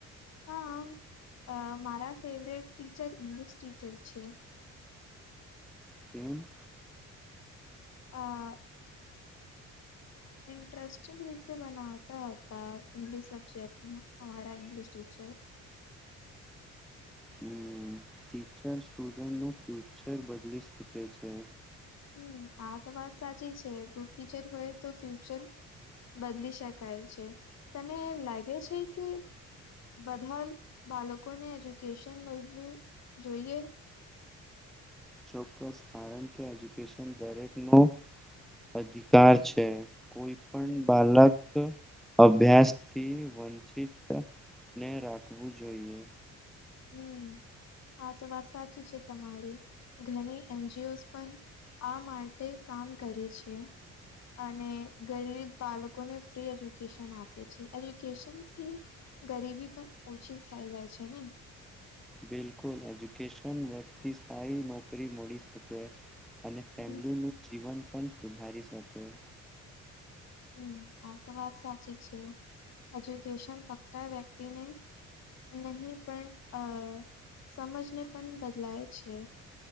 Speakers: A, on the left (about 60°); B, in the centre.
A: હા મારા ફેવરેટ ટીચર ઇંગલશ ટીચર છે.
B: કેમ?
A: આ ઇન્ટરેસ્ટિંગ રીતે બનાવતા હતા ઇંગ્લિશ સબ્જેક્ટમાં અમારા ઇંગ્લિશ ટીચર.
B: હમ ટીચર સ્ટુડન્ટનું ફ્યુચર બદલી શકે છે.
A: હમ આતો વાત સાચી છે. ગુડ ટીચર હોય તો ફ્યુચર બદલી શકાય છે. તને લાગે છે કે બધા બાલકોને એજ્યુકેશન મલવું જોઈએ?
B: ચોક્કસ, કારણ કે એજ્યુકેશન દરેકનો અધિકાર છે. કોઈ પણ
A: હમ
B: બાળક અભ્યાસ થી વંચિત. ને રાખવું જોઈએ.
A: હમ, આ તો વાત સાચી છે તમારી, ઘણી એનજીઓ પણ. આ માટે કામ કરે છે. અને ગરીબ બાળકોને ફ્રી એજ્યુકેશન આપે છે, એજ્યુકેશનથી. ગરીબી પણ ઓછી થઈ જાય છે ને.
B: બિલકુલ, એજ્યુકેશન વ્યક્તિ સ્થાય નોકરી. નોકરી મળી શકે, અને
A: હમ
B: ફેમલી નું જીવન પણ સુધારી શકે.
A: હમ, આ તો વાત સાચી છે, એજ્યુકેશન ફક્ત વ્યક્તિને. નહી પણ અ સમાજને પણ બદલાય છે.